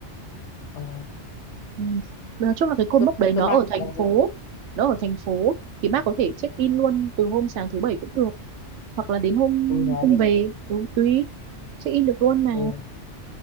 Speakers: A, on the left; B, on the right.
A: ờ,
B: Ừ. Nói chung là cái cột
A: cơ
B: mốc đấy
A: cơ
B: nó
A: mà
B: ở thành
A: đấy
B: phố nó ở thành phố thì bác có thể check in luôn từ hôm sáng thứ bảy cũng được hoặc là đến hôm
A: ừ đấy
B: hôm về ừ, tùy check in được luôn mà
A: ừ,